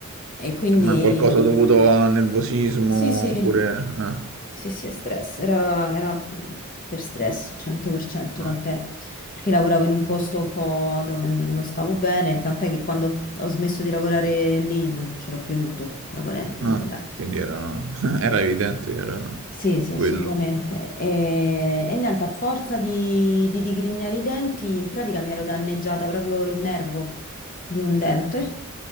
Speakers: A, on the left; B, on the right.
A: E quindi
B: ma qualcosa dovuto a nervosismo
A: sì, sì,
B: oppure... eh,
A: sì, sì, è stress, era, era per stress, 100%,
B: ah,
A: tant'è perché lavoravo in un posto un po' dove non stavo bene, tant'è che quando ho smesso di lavorare lì non ce l'ho più avuto, tra parentesi,
B: ah,
A: vabbè.
B: quindi era, <laughs> era evidente che era
A: Sì, sì, assolutamente.
B: quello.
A: E, e niente, a forza di, di digrignare i denti, in pratica mi ero danneggiata proprio il nervo di un dente